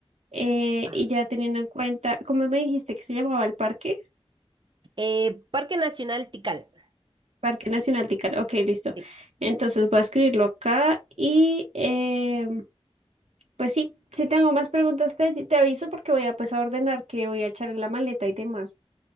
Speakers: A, on the right; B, on the right.
A: eh,
B: Ah.
A: y ya teniendo en cuenta, ¿cómo me dijiste que se llamaba el parque?
B: Eh, Parque Nacional Tikal.
A: Parque Nacional
B: Es.
A: Tical. Ok, listo.
B: Sí.
A: Entonces voy a escribirlo acá y em, pues sí, si tengo más preguntas te, te aviso porque voy a pues a ordenar que voy a echar en la maleta y demás.